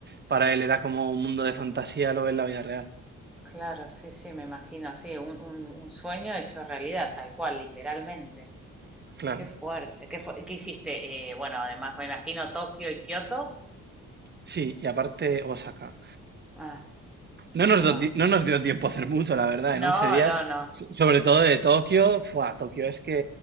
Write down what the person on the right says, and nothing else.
para él era como un mundo de fantasía, lo ve en la vida real.
Claro.
Sí, y aparte Osaka.
No nos,
do- no nos dio tiempo a hacer mucho, la verdad, en
11 días,
so- sobre todo de Tokio, fue Tokio es que